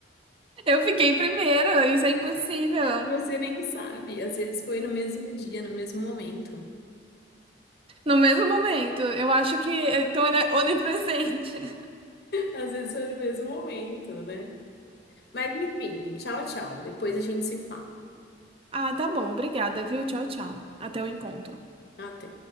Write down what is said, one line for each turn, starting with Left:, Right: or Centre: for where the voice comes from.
Right: Eu fiquei primeiro, isso é impossível.
Left: Você nem sabe. Às vezes foi no mesmo dia, no mesmo momento.
Right: No mesmo momento, eu acho que então ele é onipresente. <laughs>
Left: Às vezes foi no mesmo momento, né? Mas enfim, tchau, tchau. Depois a gente se fala.
Right: Ah, tá bom, obrigada, viu? Tchau, tchau. Até o encontro.
Left: Até.